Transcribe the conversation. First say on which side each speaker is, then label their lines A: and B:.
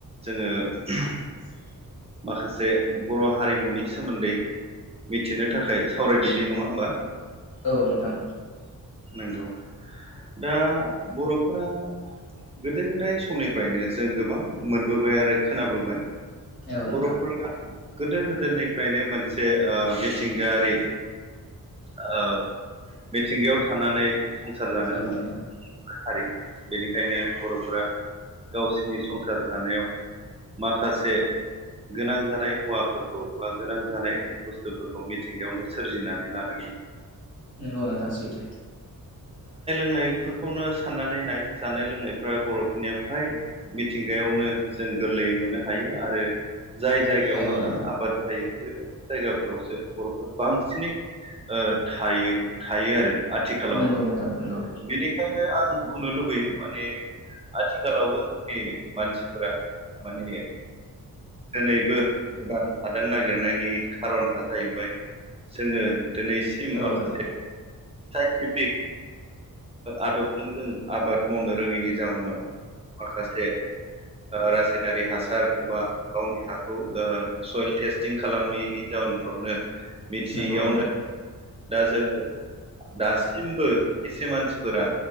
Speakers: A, on the right (about 20°); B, on the left (about 85°).
A: जोङो <unintelligible>
B: <unintelligible>
A: माखासे बर' हारिमुनि सोमोन्दै मिथिनो थाखाय सावरायदिनि नङा होमबा?
B: औ नोंथां।
A: नोंगौ दा बर'फोरा गोदो गोदाय समनिफ्रायनो जों गोबां मोनबोबाय आरो खोनाबोबाय।
B: औ नोंथां
A: बर'फोरा गोदो गोदायनिफ्रायनो मोनसे ओ मिथिंगायारि ओ मिथिंगायाव थानानै संसार जानो
B: औ
A: मोनो
B: नोंथां
A: बिनिफ्राय हारि बेनिखायनो बर'फोरा गावसिनि संसार जानायाव माखासे गोनां जानाय मुवाफोरखौ बा गोनां जानाय बुस्थुफोरखौ मिथिंगायावनो सोरजिनानै लादों। मोन
B: नोंगौ नोंथां सैथो
A: नायो बेफोरखौनो साननानै नाय जानाय लोंनाय ओ बर'फोरनिया फ्राय मिथिंगायावनो जों गोरलै मोननो हायो आरो जाय जायगायाव
B: औ
A: मोजां
B: नोंथां
A: आबाद जायो बेफोरबादि जायगाफोरावसो बर'फ्रा बांसिनै ओ थायो थायो आरो आथिखालावबो
B: नंगौ नोंथां नंगौ
A: बेनिखायनो आं खौ लुबैयो माने आथिखालावबो मानसिफोरा माने दिनैबो गोदान हादान नागिरनायनि खारना जाहैबाय जोङो दिनैसिम
B: औ
A: माखासे
B: नोंथां
A: साइन्टिफिक आदबजों जों आबाद मावनो रोङिनि जाउनाव माखासे रासायनारि हासार बा गावनि हाखौ ओ सयेल टेस्टिं खालामैनि जाउनफ्रावनो मिथियैयावनो
B: नंगौ नोंथां
A: दा जोङो दासिमबो खायसे मानसिफोरा